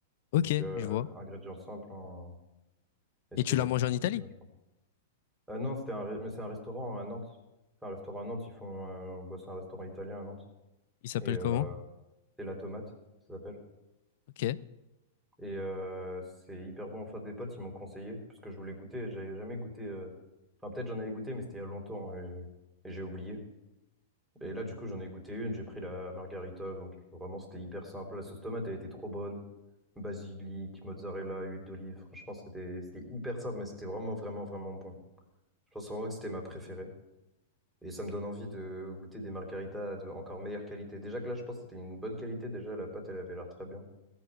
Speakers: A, on the left (about 55°); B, in the centre.
A: ok,
B: donc euh,
A: je vois.
B: ingrédients simples, hein, et c'était
A: Et tu
B: ma
A: l'as mangé
B: pizza
A: en
B: préférée,
A: Italie?
B: je pense. Ah non, c'était un, ré- mais c'est un restaurant à Nantes. C'est un restaurant à Nantes, ils font, euh, bah, c'est un restaurant italien à Nantes,
A: Il s'appelle
B: et euh,
A: comment?
B: c'est La Tomate, ça s'appelle.
A: Ok,
B: Et euh, c'est hyper bon. Enfin, des potes, ils m'ont conseillé parce que je voulais goûter. J'avais jamais goûté. euh, Enfin, peut-être j'en avais goûté, mais c'était il y a longtemps hein, et, et j'ai oublié. Et là, du coup, j'en ai goûté une. J'ai pris la margarita. Donc, vraiment, c'était hyper simple. La sauce tomate, elle était trop bonne. Basilic, mozzarella, huile d'olive. Franchement, c'était c'était hyper simple, mais c'était vraiment, vraiment, vraiment bon. Je pense vraiment que c'était ma préférée. Et ça me donne envie de goûter des margaritas de encore meilleure qualité. Déjà que là, je pense que c'était une bonne qualité. Déjà, la pâte, elle avait l'air très bien.